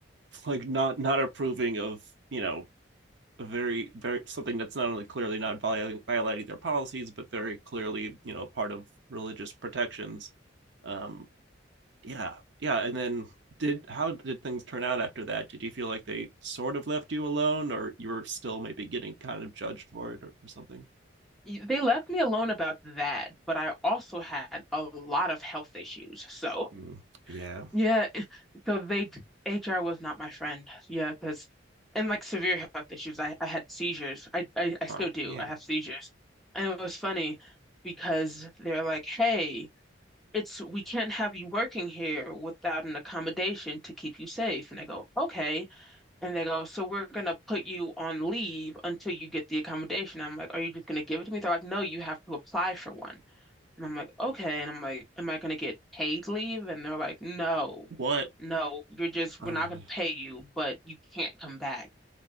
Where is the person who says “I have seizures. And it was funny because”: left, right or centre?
Centre